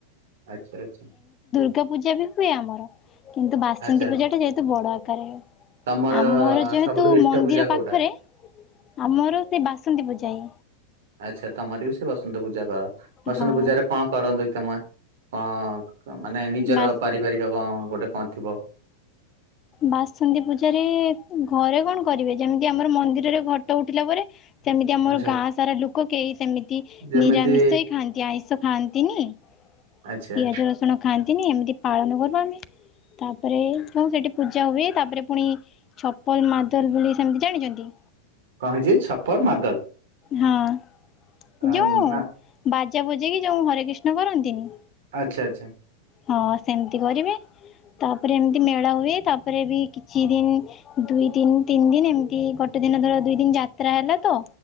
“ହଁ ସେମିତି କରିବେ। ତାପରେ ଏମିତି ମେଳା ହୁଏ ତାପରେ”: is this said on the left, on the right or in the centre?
Left